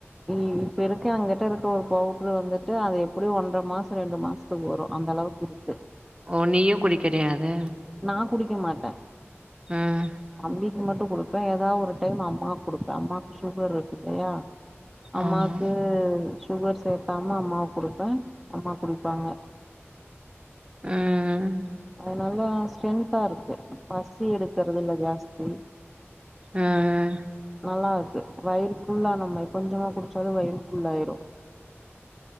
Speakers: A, in the centre; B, on the right (about 25°).
A: இ இப்ப இருக்க எங்கட்ட இருக்க ஒரு பவுடரு வந்துட்டு அது எப்புடியு ஒன்றர மாசோ ரெண்டு மாசோ த்துக்கு வரு அந்த அளவுக்கு இருக்கு
B: ஓ நீயு குடிக்கிறியாது
A: நா குடிக்க மாட்ட
B: ம்
A: தம்பிக் கு மட்டு குடுப்பே ஏதாவு ஒரு டைம் அம்மாக்கு குடுப்பே அம்மாவுக்கு சுகர் இருக்கு இல்லையா அம்மாக்கு
B: ஆமா
A: சுகர் சேக்காம அம்மாவுக்கு குடுப்ப அம்மா குடிப்பாங்க
B: ம் ம்
A: அது நல்லா ஸ்ட்ரென்த்தா இருக்கு பசி எடுக்கறது இல்ல ஜாஸ்தி
B: ம் ம்
A: நல்லா இருக்கு வயிறு ஃபுல்லான மாரி கொஞ்சமா குடிச்சாலு வயிறு ஃபுல்லாயிரு